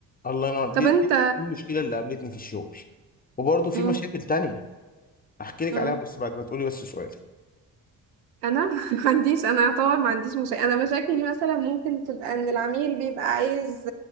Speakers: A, on the left (about 20°); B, on the right (about 75°).
A: الله ينور دي
B: طب انت
A: دي دي المشكله اللي قابلتني في الشغل وبرضه في
B: مم.
A: مشاكل تانية احكي لك
B: مم.
A: عليها بس بعد ما تقولي بس سؤال
B: انا <laughs> ما عنديش انا اعتبر ما عنديش مشاكل انا مشاكلي مثلا ممكن تبقى ان العميل بيبقى عايز